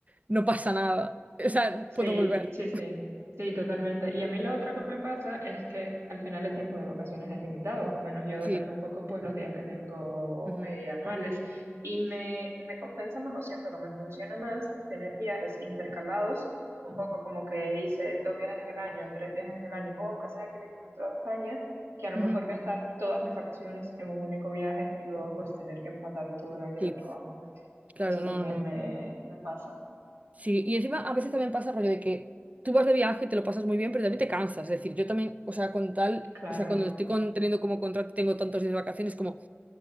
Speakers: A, on the right; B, on the right.
A: no pasa nada. O sea,
B: Sí,
A: puedo volver.
B: sí, sí, sí, totalmente. Y a mí lo otro que me pasa es que al final el tiempo de vacaciones es limitado, al menos yo
A: Sí.
B: dependo un poco pues los días que tengo
A: Ujú,
B: eh, anuales. Y me, me compensa más o siento que me funciona más tener viajes intercalados, un poco como que hice dos viajes en el año, tres viajes en el año, o aunque sea aquí mismo dentro de España, que a lo
A: ujú.
B: mejor gastar todas mis vacaciones en un único viaje y luego pues tener que empatar todo el año
A: Sí,
B: de trabajo.
A: claro,
B: Eso
A: no,
B: también
A: no. no.
B: me, me pasa,
A: Sí, y encima a veces también pasa rollo de que tú vas de viaje y te lo pasas muy bien, pero también te cansas. Es decir, yo también, o sea, con tal,
B: claro.
A: o sea, cuando estoy con- teniendo como contrato y tengo tantos días de vacaciones, como